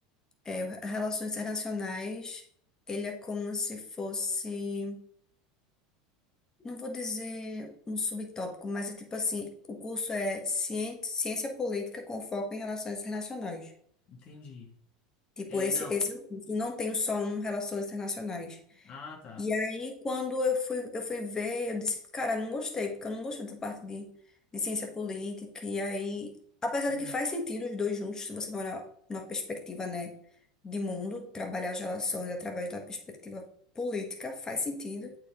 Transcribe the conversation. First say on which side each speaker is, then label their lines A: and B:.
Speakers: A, on the left; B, on the left.
A: é, Relações Internacionais, ele é como se fosse, não vou dizer um subtópico, mas é tipo assim, o curso é cien- Ciência Política com foco em Relações Internacionais.
B: Entendi.
A: Tipo,
B: É,
A: esse,
B: não.
A: esse é o curso, não tem só um Relações Internacionais.
B: Ah, tá.
A: E aí, quando eu fui, eu fui ver, eu disse, cara, não gostei, porque eu não gostei dessa parte de, de ciência política. E aí, apesar de
B: Uhum.
A: que faz sentido os dois juntos, se você for olhar numa perspectiva, né, de mundo, trabalhar as relações através da perspectiva política, faz sentido,